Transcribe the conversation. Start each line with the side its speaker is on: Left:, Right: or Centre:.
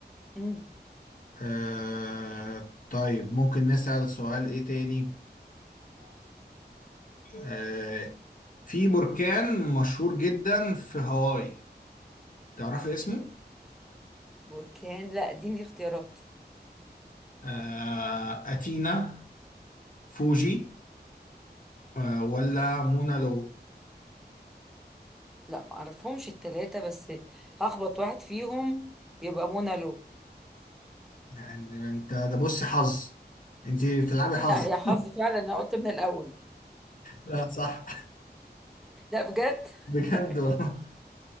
Centre: مم.
Left: آه طيب ممكن نسأل سؤال إيه تاني آه، في بركان مشهور جدا في هاواي تعرفي اسمه؟
Centre: بركان لا اديني اختيارات
Left: آه، أتينا فوجي آه، ولا مونا لو
Centre: لا معرفهمش التلاتة بس هخبط واحد فيهم يبقى منى لو
Left: يعني انت ده بص حظ انت بتلعبي حظ
Centre: لا هي
Left: <laughs>
Centre: حظ فعلا انا قلت من الاول
Left: لا صح
Centre: لا بجد
Left: بجد
Centre: <laughs>
Left: والله.